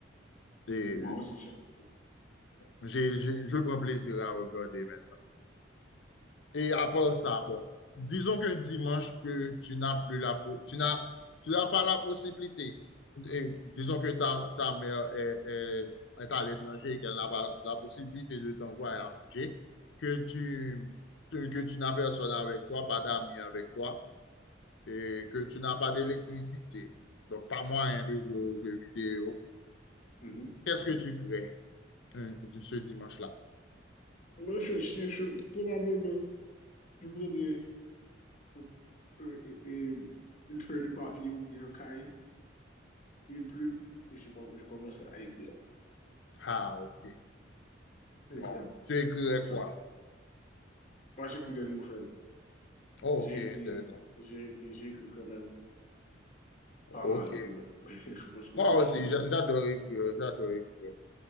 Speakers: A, on the left (about 65°); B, on the left (about 40°).
A: Et
B: Moi aussi, j'aime. beaucoup.
A: j'ai, j'ai- je prends plaisir à regarder maintenant. Et à part ça, bon, disons qu'un dimanche que tu n'as plus la, po- tu n'as, tu n'as pas la possibilité. Et disons que ta, ta mère est, est- est à l'étranger et qu'elle n'a pas la possibilité de t'envoyer
B: <laughs>
A: à manger, que tu, que que tu n'as personne avec toi, pas d'amis avec toi, et que tu n'as pas d'électricité. Donc, pas moyen de jouer aux jeux vidéo.
B: Mhm.
A: Qu'est-ce que tu ferais euh, de ce dimanche-là?
B: Moi, je, je, je- probablement, je prendrais euh, euh, et- une feuille de papier ou bien un cahier. une plume, et je, com- je commence à écrire.
A: Ah, ok.
B: J'écrire.
A: Bon, tu écrirais
B: Voilà ça.
A: quoi?
B: Moi, j'écris des nouvelles.
A: Oh,
B: J'ai
A: ok, intéressant.
B: écrit, j'ai écrit, j'ai écrit quand même
A: Ok.
B: pas mal de nouvelles. <laughs> Je pense que
A: Moi aussi,
B: je suis d'autres.
A: j'a- j'adore écrire, j'adore écrire.